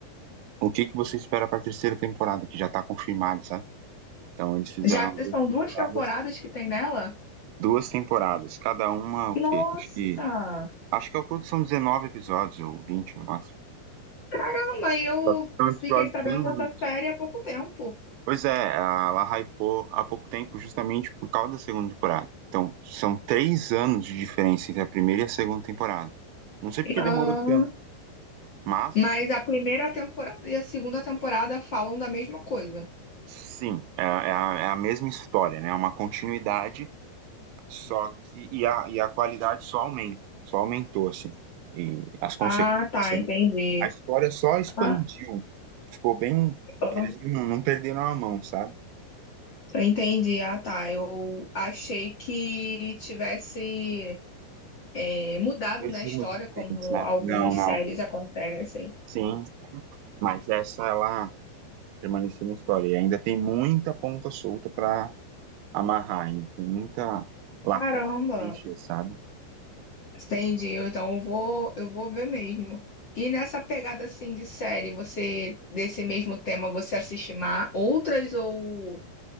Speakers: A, on the right; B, on the left.
A: o que que você espera para a terceira temporada, que já está confirmada, sabe? Então eles fizeram
B: Já te-
A: duas
B: são
A: temporadas,
B: duas temporadas que tem nela?
A: duas temporadas, cada uma o
B: Nossa!
A: quê? Acho que acho que ao todo são 19 episódios ou 20 no máximo.
B: Caramba, e eu
A: Só que são episódios
B: fiquei sabendo
A: bem longos.
B: dessa série há pouco tempo.
A: Pois é, ela hypou há pouco tempo justamente por causa da segunda temporada. Então, são três anos de diferença entre a primeira e a segunda temporada. Não sei porque
B: Ah,
A: demorou tanto, mas
B: mas a primeira temporada e a segunda temporada falam da mesma coisa.
A: sim, é, é a, é a mesma história, né? É uma continuidade, só que. E a, e a qualidade só aumenta, só aumentou, assim. E as consequências.
B: Ah, tá,
A: né?
B: entendi.
A: A história só expandiu.
B: Ah,
A: Ficou bem.
B: ah,
A: Eles não, não perderam a mão, sabe?
B: entendi. Ah, tá. Eu achei que tivesse é, mudado
A: Dois
B: na história,
A: rumos diferentes,
B: como
A: né?
B: algumas
A: Não, não.
B: séries acontecem.
A: Sim, mas essa ela permanecer na história. E ainda tem muita ponta solta para amarrar, ainda tem muita lacuna
B: Caramba,
A: pra encher, sabe?
B: entendi. Eu, Então eu vou, eu vou ver mesmo. E nessa pegada assim de série, você desse mesmo tema, você assiste ma- outras ou